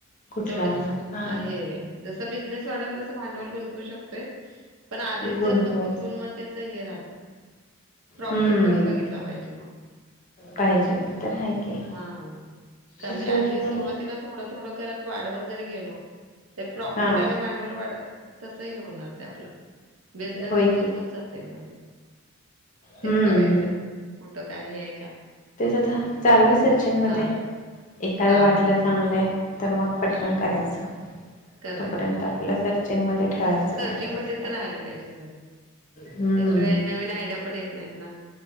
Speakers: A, on the left; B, on the right.
A: कुठला
B: तेवढच
A: आणणार हा
B: हे जस बिझनेस वाढेल तस भांडवल गुंतवू शकतोय. पण आधीच
A: गुंतवायच
B: जास्त गुंतवून मग त्याच हे राहत नाही. प्रॉफिट
A: हम्म
B: पण बघितला पाहिजे मग.
A: पाहिजे ते तर आहे की
B: हम्म कमी
A: तशा
B: आधी
A: हिशोबाने
B: सुरुवातीला थोडं थोडं करत वाढवत जरी गेलो ते प्रॉफिट
A: हा
B: आणि भांडवल वाढल तस हे होणार ते आपला बिझनेस
A: होय
B: ग्रोथ
A: की
B: होत जातंय मग ते. तेच
A: हम्म
B: बघायचं कुठं काय हे आहे का.
A: तेच आता चालू आहे सर्चिंग मध्ये
B: हा
A: एखाद्या
B: हा
A: वाटलं
B: हा हा
A: चांगलं आहे तर मग पटकन करायचं.
B: करायचं
A: तोपर्यंत
B: होय,
A: आपलं सर्चिंग मध्ये ठेवायचं
B: सर्चिंग
A: काय करायचं
B: मध्ये
A: काय
B: तर राहायला पाहिजे होय.
A: हम्म
B: त्याशिवाय नवीन आयडिया पण येत नाहीत ना.